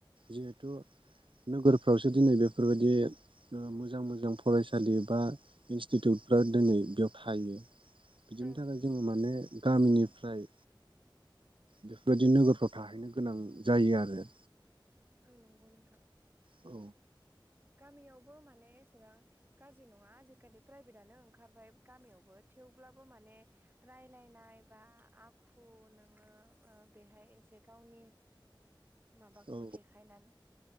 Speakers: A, on the right (about 80°); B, on the right (about 25°).
A: जिहेथु नोगोरफ्रावसो दिनै बेफोरबायदि ओ मोजां मोजां फरायसालि बा इनस्टिटिउटफ्रा दिनै बेयाव थायो। बिदिनि
B: औ
A: थाखाय जोङो माने गामिनिफ्राय बेफोरबायदि नोगोरफ्राव थाहैनो गोनां जायो आरो
B: औ नंगौ नोंथां।
A: औ।
B: गामियावबो माने एसेबां गाज्रि नङा आजिखालि प्राइभेटआनो ओंखारबाय गामियावबो थेवब्लाबो माने रायलायनाय बा आखु नोङो ओ बेहाय एसे गावनि माबाखौ
A: औ
B: देखायनान